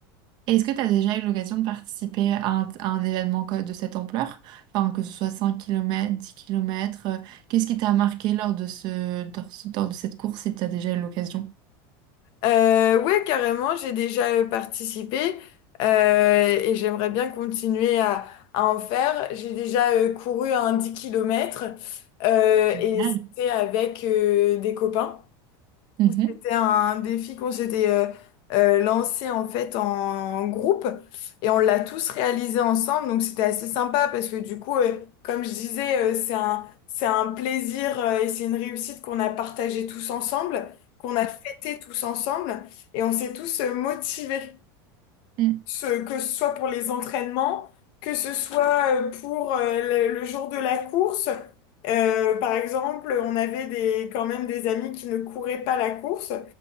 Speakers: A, on the right; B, on the left.
A: est-ce que tu as déjà eu l'occasion de participer à un, à un événement co- de cette ampleur? Enfin, que ce soit 5 kilomètres 10 kilomètres euh, qu'est-ce qui t'a marqué lors de ce, lors, ce- lors de cette course si tu as déjà eu l'occasion?
B: Euh, ouais, carrément, j'ai déjà euh, participé euh, et j'aimerais bien continuer à, à en faire. J'ai déjà euh, couru un 10 kilomètres euh,
A: Génial.
B: et c'était avec euh, des copains.
A: Mhm,
B: C'était un défi qu'on s'était euh, euh, lancé en fait en groupe et on l'a tous réalisé ensemble. Donc c'était assez sympa parce que du coup, euh, comme je disais, euh, c'est un, c'est un plaisir euh, et c'est une réussite qu'on a partagé tous ensemble, qu'on a fêté tous ensemble et on s'est tous euh, motivés.
A: mhm,
B: Ce- que ce soit pour les entraînements, que ce soit euh, pour euh, le, le jour de la course. Euh, par exemple, on avait des, quand même des amis qui ne couraient pas la course